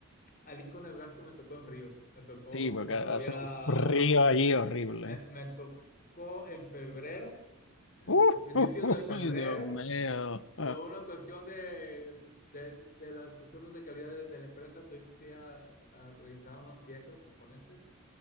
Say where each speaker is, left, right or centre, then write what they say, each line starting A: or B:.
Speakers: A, on the left (about 40°); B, on the left (about 65°).
A: a Lincoln, Nebraska me tocó en frío. Me tocó
B: Sí, porque
A: cuando
B: hace
A: había.
B: un frío allí horrible.
A: Me, me tocó en febrero, en-
B: ¡Uf!
A: a principios de febrero,
B: ¡Uy, <laughs> Dios mío. Ah,
A: por una cuestión de, asist- de, de las cuestiones de calidad de, de la empresa, tuvimos que ir a, a revisar unas piezas, componentes.